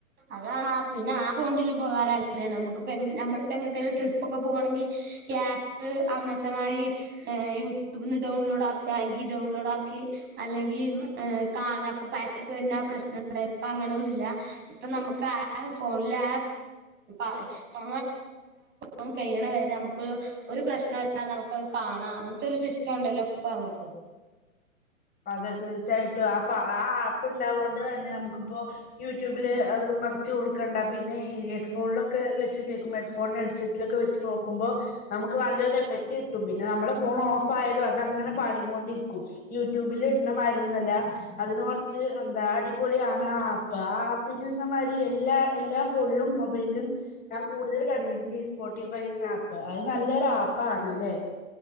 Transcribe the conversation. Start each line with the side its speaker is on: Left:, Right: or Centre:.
Right: അതാണ് ആ പിന്നെ ആപ്പോണ്ട്ല്ലെ ഉപകാര ഏ നമുക്ക്പ്പ എങ് നമ്മള്പെങ്ങേട്ടേലു ട്രി പ്പൊക്കെ പോവാണെങ്കി ഈ ആപ്പ് അന്നത്തെമാതി ഏ യൂട്യൂബ്ന്ന് ഡൗൺലോഡ് ആക്ക ഈ ഡൺലോഡാക്കി അല്ലെങ്കി ഏ കാണാ ഇപ്പൊ പരസ്യക്ക വര്ന ആ പ്രശ്ന <unintelligible> ഇപ്പ അങ്ങനെൊന്നുല്ല്യ ഇപ്പ നമുക്ക് ആരെ ഫോണില ആ <unintelligible> മ്മക്കൊരു ഒരു പ്രശ്നുല്ല നമുക്ക് കാണ ആ അങ്ങൻതൊര് ഒരു സിസ്റ്റം ഉണ്ടല്ലോ ഇപ്പ മ്മക്ക്.
Left: അതെ തീർച്ചയായിട്ടും ആപ്പ് അ ആ ആപ്പ് ഉണ്ടാവുണ്ട് ന്നെ നമുക്കിപ്പോ യൂട്യൂബില് എ അത് മറിച്ച് കൊടുക്കണ്ട പിന്നെ ഈ ഹെഡ്ഫോണിലൊക്കെ വെച്ച് കേക്കുമ്പോ ഹെഡ്ഫോണ്, ഹെഡ്സെറ്റിലൊക്കെ വെച്ച് നോക്കുമ്പോ. നമുക്ക് നല്ലൊരു എഫക്ട് കിട്ടും പിന്നെ നമ്മളെ ഫോൺ ഓഫ് ആയാലും അത് അങ്ങനെ പാടികൊണ്ടിര്ക്കും യു റ്റൂബില് ഇട്ണ മാരിയൊന്നുഅല്ല അതിന് കൊറച്ച് ന്താ അടിപൊളിയാണ് ആ ആപ്പ് ആ ആപ്പിന്. മാരി എല്ലാ എല്ലാ ഫോണിലും മൊബൈൽലും ഞാ കൂടുതൽ കണ്ടിട്ടുണ്ട് ഈ സ്പോട്ടിഫൈ എന്നാപ്പ്. അത് നല്ലൊരു ആപ്പാണ് അല്ലേ